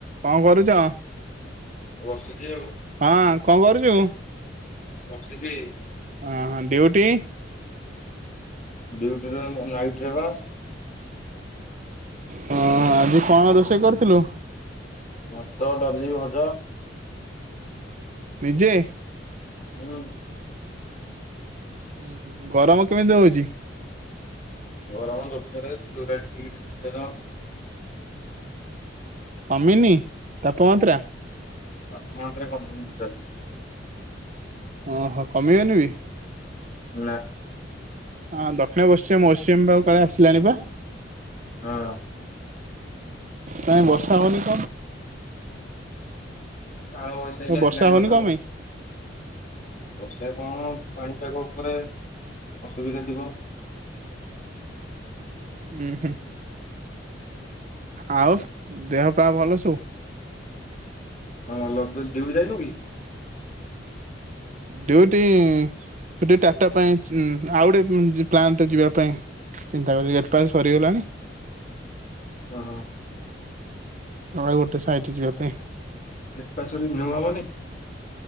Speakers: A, on the right; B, on the left.
A: କଣ କରୁଚ?
B: ବସିଚି ଆଉ।
A: ହଁ କଣ କରୁଚୁ?
B: ବସିଚି।
A: ଆଁ ହଁ ଡିୟୁଟି
B: ଡିୟୁଟିରେ ନାଇଟ ରେ ବା।
A: ହଁ ଆଜି କଣ ରୋଷେଇ କରିଥିଲୁ?
B: ଭାତ ଡାଲି ଭଜା।
A: ନିଜେ
B: ହୁଁ।
A: ହୁଁ ହୁଁ ଗରମ କେମିତି ହଉଛି?
B: ଗରମ ଜୋରଶରେ ଚଉରାଳିଶ ଡିଗ୍ରୀ ସେଲସିୟର।
A: କମିନୀ ତାପମାତ୍ରା।
B: ତାପମାତ୍ରା କମିନି ଟୋଟଲି।
A: ଓହୋ କମିବନି ବି।
B: ନା।
A: ହଁ ଦକ୍ଷିଣ ପଶ୍ଚିମ ମୌସୁମୀ ବାୟୁ କାଳେ ଆସିଲାଣି ପା
B: ହଁ।
A: କାଇଁ ବର୍ଷା ହଉନି। <unintelligible>
B: କାଳ ବୈସାକି ଆସିଲାଣି
A: ବର୍ଷା ହଉନି
B: ବୋଧେ
A: କଣ
B: ଆଉ।
A: ପାଇଁ?
B: ବର୍ଷା କଣ ପାଣିପାଗ ଉପରେ ଅସୁବିଧା ଥିବ।
A: ହୁଁ ହୁଁ। ଆଉ ଦେହ ପା ଭଲ ସବୁ।
B: ହଁ <unintelligible> ଡିୟୁଟି ଯାଇନୁ କି?
A: ଡିୟୁଟି ସେଠି ଟାଟା ପାଇଁ ଆଉ ଗୋଟେ ପ୍ଲାଣ୍ଟ ଯିବା ପାଇଁ ଚିନ୍ତା କଲି ଗେଟ ଫାସ ସରିଗଲା।
B: ଓ ହୋ।
A: ଆଉ ଗୋଟେ ସାଇଟି ଯିବା ପାଇଁ।
B: ଟରେିୁ ହବନି <unintelligible>